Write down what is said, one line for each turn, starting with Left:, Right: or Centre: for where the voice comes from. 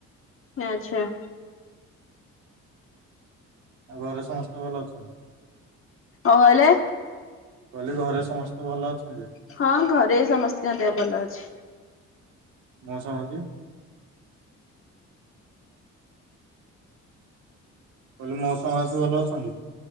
Left: ଆଚ୍ଛା।
Right: ଆଉ ଘରେ ସମସ୍ତେ ଭଲ ଅଛନ୍ତି?
Left: କହିଲେ
Right: କହିଲି ଘରେ ସମସ୍ତେ ଭଲ ଅଛନ୍ତି?
Left: ହଁ ଘରେ ସମସ୍ତଙ୍କ ଦେହ ଭଲ ଅଛି।
Right: ମଉଶା ମାଉସୀ କହିଲି ମଉସା ମାଉସୀ ଭଲ ଅଛନ୍ତି?